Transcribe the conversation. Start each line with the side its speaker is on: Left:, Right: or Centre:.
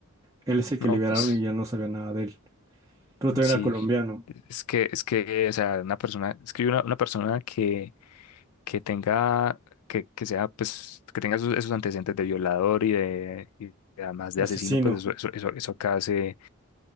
Right: él es el
Left: No,
Right: que liberaron
Left: pues
Right: y ya no sabía nada de él. Pero también
Left: sí,
Right: era colombiano,
Left: es que, es que, o sea, una persona, es que una, una persona que, que tenga, que, que sea, pues, que tenga esos, esos antecedentes de violador y de, y de además de
Right: asesino.
Left: asesino, pues eso, eso, eso, eso acá se,